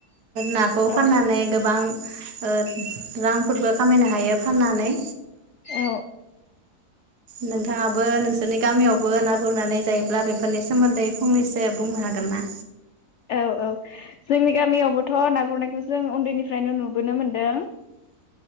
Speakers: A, on the right (about 75°); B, on the left (about 85°).
A: नाखौ
B: औ
A: फाननानै गोबां ओ रांफोरबो खामायनो हायो फाननानै।
B: औ
A: नोंथाङाबो नोंसोरनि गामियावबो ना गुरनानै जायोब्ला बेफोरनि सोमोन्दै फंनैसो बुंनो हागोन ना?
B: औ औ जोंनि गामियावबोथ ना गुरनायखौ जों उन्दैनिफ्रायनो नुबोनो मोन्दों